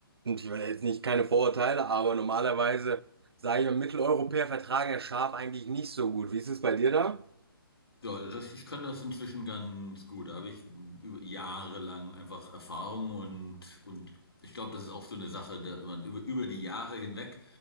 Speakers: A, on the right (about 85°); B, on the left (about 80°).
A: und ich will jetzt nicht keine Vorurteile, aber normalerweise, sage ich mal, Mitteleuropäer vertragen ja Schaf eigentlich nicht so gut. Wie ist es bei dir da?
B: Ja, das, ich kann das inzwischen ganz gut. Da habe ich über Jahre lang einfach Erfahrung und, und ich glaube, das ist auch so eine Sache, da man über, über die Jahre hinweg,